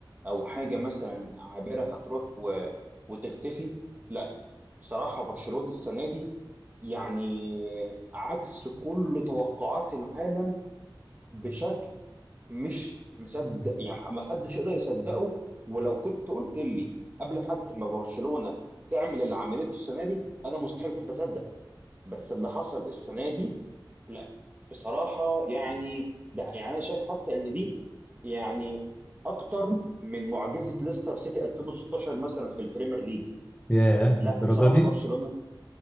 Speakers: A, on the right; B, on the left.
A: او حاجة مثلا عابرة هتروح و... وتختفي لا بصراحة برشلونة السنة دي يعني عكس كل توقعات العالم بشكل مش مصدق يعني ما حدش يقدر يصدقه ولو كنت قلت لي قبل حتى ما برشلونة تعمل اللي عملته السنة دي انا مستحيل كنت اصدق بس اللي حصل السنة دي لا بصراحة يعني ده يعني انا شايف حتى ان دي يعني اكتر من معجزة ليستر سيتي 2016 مثلا في البريمير ليج
B: ياه
A: لا
B: الدرجة
A: بصراحة
B: دي
A: برشلونة